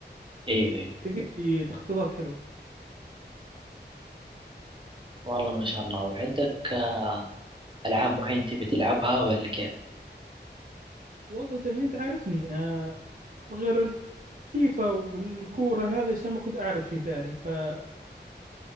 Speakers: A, on the right (about 25°); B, on the right (about 50°).
A: ايوه ايوه
B: لقيت لي تخفيضات حلوة
A: والله ما شاء الله وعندك آه، العاب معينة تبي تلعبها ولا كيف
B: والله زي ما أنت عارفني آه غير الفيفا والكورة هذا عشان ما كنت أعرف شيء ثاني فلو